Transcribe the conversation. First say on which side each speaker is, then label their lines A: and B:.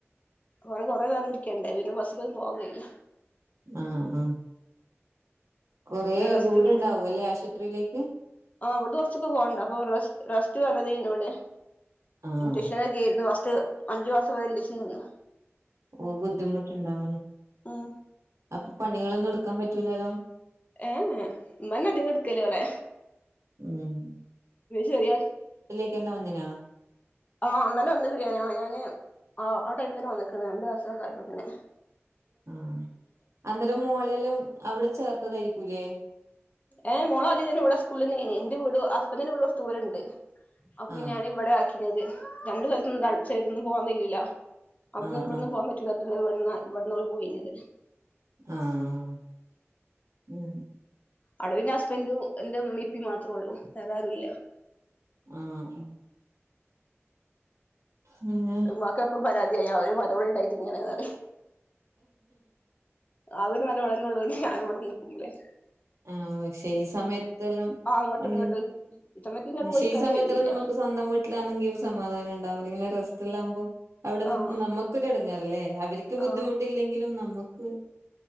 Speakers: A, on the left; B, on the right.
A: വടെ കൊറേ നേരം ഇരിക്കണ്ടേ പിന്നെ ബസിലൊന്നും പോകാൻ വയ്യ
B: ആഹ് ആഹ് കൊറേ
A: പിന്നെ റെസ്റ്റ്
B: ദൂരം ഉണ്ടാവും ല്ലെ ആശുപത്രിയിലേക്ക്
A: ആഹ് അവിടെ കുറച്ചൊക്കെ പോവണ്ട അപ്പൊ റസ്റ്റ് പറഞ്ഞതേ ന്നോട്
B: ആഹ്
A: ഇഞ്ചക്ഷൻ വീര്ന്ന് ഫസ്റ്റ് അഞ്ച് മാസം വരേ ഇൻജെക്ഷന് ന്ന്.
B: ഓ ബുദ്ധിമുട്ട്ണ്ടാവാല്ലോ
A: ഉം
B: അപ്പൊ പണികളൊന്നും എടുക്കാൻ പറ്റൂലല്ലോ
A: ഏ ഹ് ഇമ്മന്നെ അധികം എട്ക്കലിവിടെ
B: ഉം
A: ചെറിയ
B: ക്കന്നെ ഒന്നിനാ
A: ആഹ് അന്നന്നേ വന്ന് കിടിയ ആ ഞാന് ആ ആ ടൈമ് തന്നെ വന്ന്ക്ക്ണ് രണ്ടൂസക്കേ ആയപ്പത്തിന്.
B: ആഹ് അന്നേരം മോളല്ലും അവിടെ ചേർത്തതായിരിക്കൂല്ലേ
A: ഏഹ് മോളദ്യം തന്നെ ഇവിടെ സ്കൂളിലഞ്ഞയ്നി ഇന്റെ വീട് ഹസ്ബന്ഡറിന്റെ വീട് കുറച്ച്ദൂരം ഉണ്ട് അപ്പൊ
B: ആഹ്
A: ഞാനൻ -ഇവിടെ ആക്കിത് രണ്ടു സ്ഥലത്തും അിച്ചട്ടൊന്നും <unintelligible> പോവാാൻ കഴിയൂല അവിടുന്ന്
B: ആഹ്
A: ഇവിടന്ന്
B: ആഹ്
A: പോകാൻ പറ്റില്ലാത്തുണ്ട് <unintelligible> ഇവിട ഇവിടന്നോള് പോയിത്
B: ആഹ്
A: അവിടെ പിന്നെ ഹസ്ബന്റും ഇന്റെ ഉമ്മയിപ്പി മാത്രേള്ളു വേറെ ആരുംല്ല
B: ആഹ് പിന്നെ
A: ട്ട് ഇമ്മാക്ക് എപ്പോളും പരാതിയായി ഞ അവര് മലപടി <unintelligible> ഉണ്ടായിത് ഇങ്ങനെന്ന് ആന് വരെ വളങ്ങുള്ളവന് <unintelligible> ഞാൻ ഇവിടെ നിൽക്കുമ്പോളേ
B: ആഹ് പക്ഷെ ഈ സമയത്തെല്ലാം
A: ആ അങ്ങോട്ടും
B: ഉം
A: ഇങ്ങോട്ടും ഇച്ചമ്മക്ക് ഇങ്ങനെ പോയി
B: ഷെ
A: നിക്കാൻ
B: ഈ സമയത്തെല്ലാം
A: കഴിയൂല്ല
B: നമുക്ക് സ്വന്തം വീ വീട്ടിലാണെങ്കിൽ ഒരു സമാധാനംണ്ടാവും അല്ലെങ്കിൽ റസ്റ്റിലാകുമ്പോ അവിടെ നിക്കുമ്പോ
A: ആഹ്
B: നമുക്കൊരു എടങ്ങേറല്ലേ അവരിക്ക് ക്ക് ബുദ്ധിമുട്ടില്ലെങ്കിലും
A: ആഹ്
B: നമുക്ക്